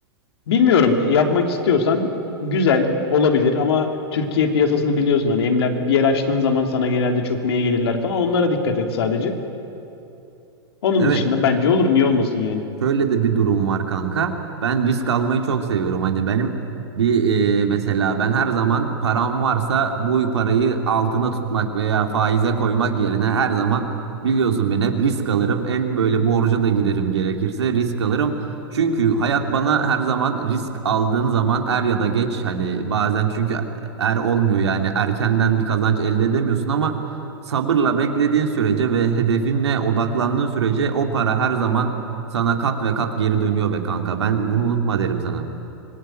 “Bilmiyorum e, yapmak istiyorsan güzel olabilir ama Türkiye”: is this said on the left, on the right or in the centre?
Left